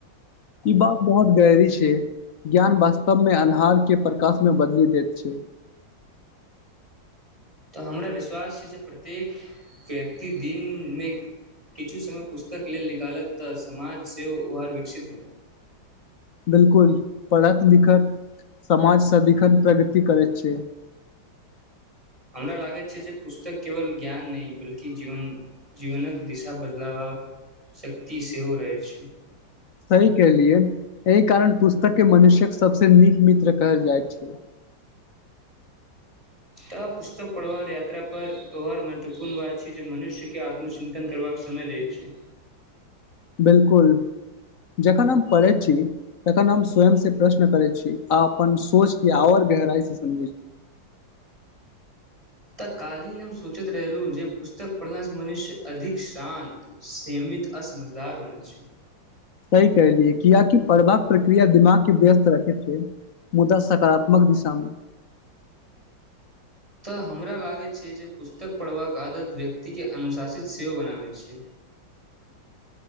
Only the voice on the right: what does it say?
तऽ हमरा विश्वास छै, जे प्रत्येक व्यक्ति दिनमे किछु समय पुस्तक लेल निकालत तऽ, समाज सेहो वर विकसित
हमरा लागैत छै जे पुस्तक केवल ज्ञान नहि, बल्कि जीवन जीवनक दिशा बदलावबा क शक्ति सेहो रहै छै।
तऽ पुस्तक पढ़बाक यात्रा पर अार महत्वपूर्ण बात छै, जे मनुष्य के आत्मचिन्तन करबाक समय दैत छै।
तऽ कालही हम सोचैत रहलहुँ, जे पुस्तक पढ़ला से मनुष्य अधिक शान्त, सीमित आ समझदार बनै छै।
तऽ हमरा लागै छै जे पुस्तक पढ़बाक आदत व्यक्तिक के अनुशासित सेहो बनाबै छै।